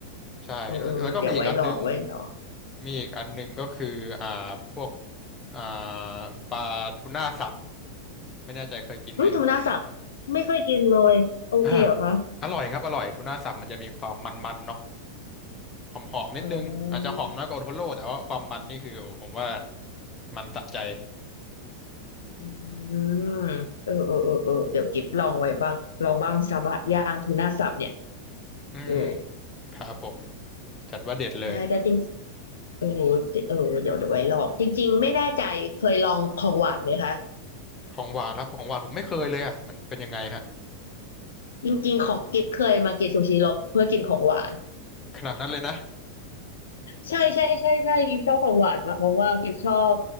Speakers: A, on the left; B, on the left.
A: ใช่แล้วแล้วก็มีอีกอันนึง
B: เออเออเดี๋ยวไว้ลองไว้ลอง
A: มีอีกอันนึงก็คืออ่าพวกอ่าปลาทูน่าสับไม่แน่ใจเคยกินไหม
B: อืมธรนาศับไม่เคยกินเลยโอเคเหรอคะ
A: อ่าอร่อยครับอร่อยทูน่าสับมันจะมีความมันๆเนาะหอมๆนิดนึงอาจจะหอมน้อยกว่าโอโทโร่แต่ว่าความมันนี่คือโอ้ผมว่า
B: อ๋อ
A: มันสะใจ
B: อืมเออเออเออเออเดี๋ยวกิบลองไว้บ้างลองบ้างซาบะย่างทูน่าสับเนี่ย
A: อืม
B: เออ
A: ครับผมจัดว่าเด็ดเลย
B: ใช่แต่จริงเออเออเดี๋ยวเดี๋ยวไว้ลองจริงๆไม่แน่ใจเคยลองของหวานไหมคะ
A: ของหวานครับของหวานผมไม่เคยเลยอ่ะมันเป็นยังไงฮะ
B: จริงๆของกิฟเคยมากินซูชิหรอกเพื่อกินของหวาน <laughs>
A: ขนาดนั้นเลยนะ
B: ใช่ใช่ใช่ใช่กิฟชอบของหวานมากเพราะว่ากิฟชอบ